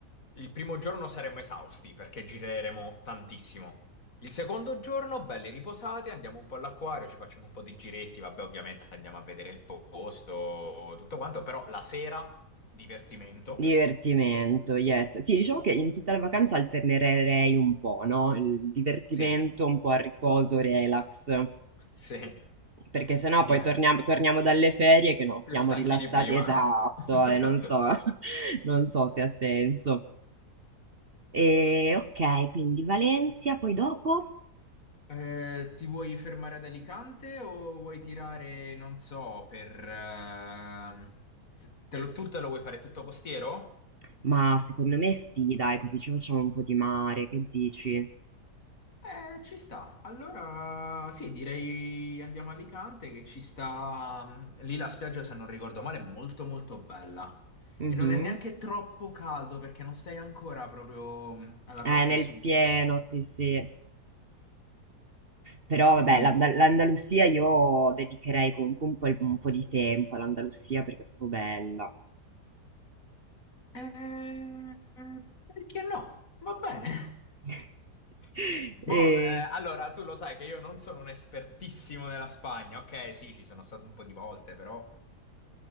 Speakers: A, on the left; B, on the right.
A: il primo giorno saremo esausti perché gireremo tantissimo. Il secondo giorno, belli riposati, andiamo un po' all'acquario, ci facciamo un po' di giretti, vabbè, ovviamente andiamo a vedere il posto, tutto quanto, però la sera, divertimento.
B: Divertimento, yes. Sì, diciamo che in tutta la vacanza alternerei un po', no? Il divertimento
A: Sì,
B: un po' a riposo, relax.
A: sì,
B: Perché sennò
A: sì,
B: poi
A: eh,
B: torniamo, torniamo dalle ferie che non siamo
A: più stanchi
B: rilassati,
A: di prima.
B: esatto,
A: <laughs>
B: e non so, <laughs> non so se ha senso. E, ok, quindi Valencia, poi dopo?
A: Eh, ti vuoi fermare ad Alicante o vuoi tirare, non so, per... ehm, Te lo- tu te lo vuoi fare tutto costiero?
B: Ma secondo me sì, dai, così ci facciamo un po' di mare, che dici?
A: Eh, ci sta. Allora, sì, direi andiamo a Alicante che ci sta... mm, Lì la spiaggia, se non ricordo male, è molto molto bella.
B: Mhm.
A: E non è neanche troppo caldo perché non sei ancora proprio mh, alla
B: Eh,
A: parte
B: nel
A: sud.
B: pieno, sì, sì. Però
A: Quindi...
B: vabbè, l'Anda- l'Andalusia io dedicherei comunque un po', il- un po' di tempo all'Andalusia perché è proprio bella.
A: eh, perché no? Va bene.
B: <laughs>
A: <laughs> Mo,
B: E
A: eh, allora, tu lo sai che io non sono un espertissimo nella Spagna. Ok, sì, ci sono stato un po' di volte, però...